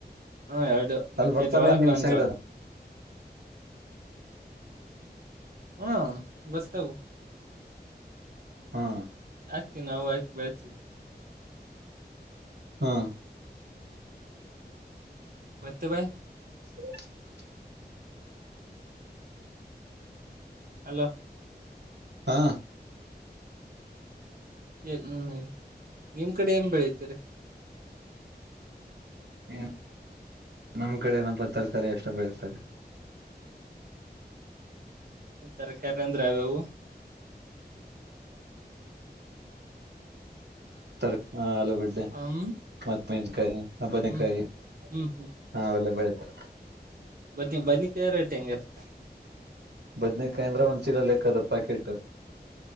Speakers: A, on the right; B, on the right.
A: ಹಾ ಎರಡು
B: ಅಲ್ಲಿ
A: ಮಕ್ಕೆೆ
B: ಬರ್ತಾವೇನ್
A: ಜೋಳ
B: ನಿಮ್
A: ಬಂದ
B: ಸೈಡ್
A: ಜೋಳ
B: ಅದು
A: ಹ್ಮ ಬಲಿತಾವೋ
B: ಹಾ
A: ಆಾಗ್ತವಿ ನಾವು ಹಾಕಿ ಬೆಳ್ತವಿ
B: ಹಾ
A: <inaudible> ಮತ್ತೆ ಭಾಯ್
B: <unintelligible>
A: ಅಲೋ
B: ಹಾ
A: ಏ ಹ್ಮ್ ನಿಮ್ ಕಡೆ ಏನ್್ ಬೆಳತರಿ
B: ಏನ್ ನಮ್ ಕಡೆ ನಪ್ಪ ತರಕಾರಿ ಎಷ್ಟ ಬೆಳ್ತಾರೆ
A: ತರಕಾರಿ ಅಂದರೆ ಯಾವು ಯಾವುದು
B: <unintelligible> ಗಡ್ಡೆ
A: ಹ್ಮ್
B: ಮತ್ತ ಮೆಸಕಾಯಿಬನಕಾಯಿ
A: ಹ್ಮ್ ಹ್ಮ್
B: ಹ ಅವೆಲ್ಲ ಬೆಳತೆ
A: ಬದನಿ ಬದನಿ ಕಾಯ ರೇಟ್ ಹೆಂಗ ಇರ್ತ್ತ
B: ಬದನೇಕಾಯಿ ಅಂದ್ರ ಒಂದಚೀಲ ಲೆಕ್ಕ ಅದು ಪ್ಯಾಕೆಟ್